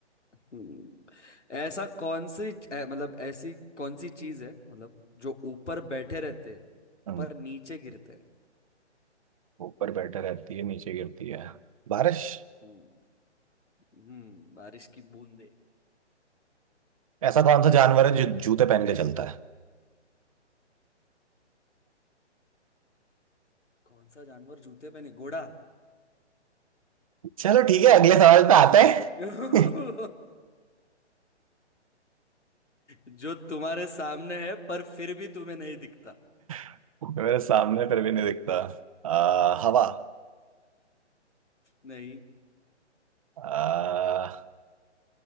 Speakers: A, on the left; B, on the right.
A: हम्म, ऐसा कौन सी ऐ- मतलब ऐसी कौन सी चीज है मतलब जो ऊपर बैठे रहते हैं
B: हम्म,
A: पर नीचे गिरते हैं
B: ऊपर बैठा रहती है नीचे गिरती है बारिश
A: हम्म हम्म, बारिश की बूंदे
B: ऐसा कौन सा जानवर है जो जूते पहन के चलता है
A: कौन सा जानवर जूते पे नहीं घोड़ा
B: चलो ठीक है अगले सवाल पे आते हैं
A: <laughs> जो तुम्हारे सामने है पर फिर भी तुम्हें नहीं दिखता
B: <laughs> मेरे सामने फिर भी नहीं दिखता आ, हवा
A: नहीं
B: आ,